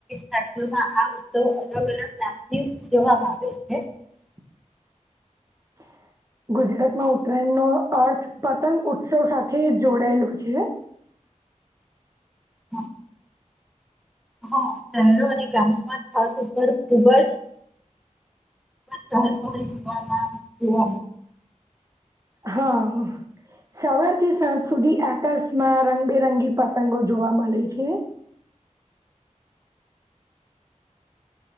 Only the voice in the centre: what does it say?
રાજ્યોમાં આ ઉત્સવ અલગ અલગ નામથી ઉજવવામાં આવે છે.
હમ હા શહેરો અને ગામોમાં ખાસ ઉપર ખુબ જ જોવા આવે